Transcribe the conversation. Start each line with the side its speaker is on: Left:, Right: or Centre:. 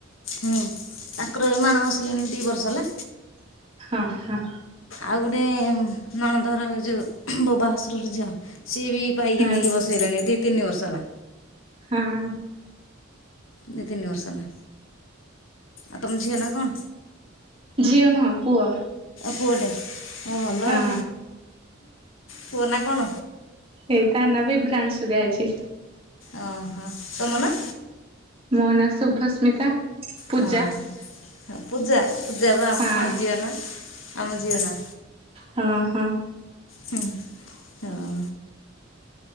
Left: ହୁଁ ତାଙ୍କର ଏ ମାଣ ବସିଲେଣି ଦି ବର୍ଷ। ସରିଲା।
Right: ଆଂହ୍ନ।
Left: ଆଉ ଗୋଟେ ନଣନ୍ଦ ଘର ଯେଉଁ। ହସ୍ରରୁ ଝଅ ସିଏ ବି ପାଇକି
Right: ହୁଁ
Left: ଆଣିକି ବସେଇଲେଣି ଦୁଇ ତିନି ବର୍ଷ ହେଲା।
Right: ହଁ।
Left: ଦି ତିନି ବର୍ଷ ହେଲା। ଆଉ ତମ ଝିଅ ନାଁ। ହଁ।
Right: ଝିଅ ନୁହଁ ପୁଅ
Left: ପୁଅଟେ ଆଉ ଭଲ
Right: ହଁ
Left: ଆଉ ପୁଅ ନା କ'ଣ
Right: ଏଇତ ନ ବିଭ୍ରାଂଶୁ ଗାଇଛି।
Left: ଓ ହୋ ତମ ନାଁ।
Right: ମୋ ନାଁ ଶୁଭସ୍ମିତା। ପୂଜା
Left: ହଁ ହ ପୂଜା ପୂଜା ବା ଆମ
Right: ହଁ
Left: କଣ ଝିଆନ ଆମ ଝଅ ନା।
Right: ହଁ ହଁ
Left: ହୁଁ।